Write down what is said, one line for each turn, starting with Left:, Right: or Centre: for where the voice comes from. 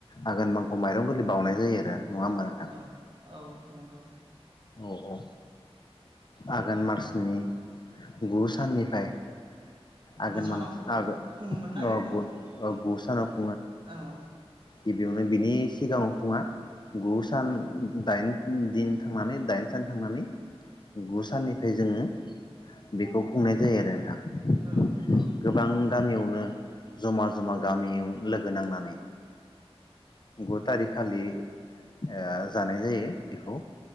Left: आघोन मांखौ माइरं गोरलै बावनाय जायो आरो। नङा होमबा नोंथां।
Right: औ औ नंगौ
Left: औ औ ओ आघोन मार्चनि गु साननिफ्राय। आगोन
Right: गुसानाव खुङोमोन ना बेखौ
Left: <unintelligible> <unintelligible>
Right: औ ओ
Left: गिबियावनो बिनि सिगाङाव खुङा गु सान दाइन दिन थांनानै दाइन सान थांनानै गु
Right: औ
Left: साननिफ्राय जोङो बेखौ खुंनाय जायो आरो नोंथां
Right: औ
Left: गोबां गामियावनो जमा जमा गामियाव लोगो नांनानै। गु थारिख खालि ओ जानाय जायो बेखौ।